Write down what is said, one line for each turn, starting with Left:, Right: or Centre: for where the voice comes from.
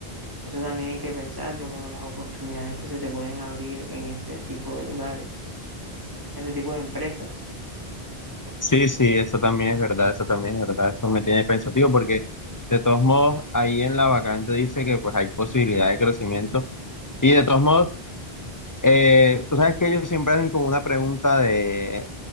Right: Eso también hay que pensarlo, como las oportunidades que se te pueden abrir en ese tipo de lugares, ese tipo de empresas.
Left: Sí, sí, eso también es verdad, eso también es verdad, eso me tiene pensativo porque de todos modos ahí en la vacante dice que pues hay posibilidad de crecimiento y de todos modos... Eh, tú sabes que ellos siempre hacen como una pregunta de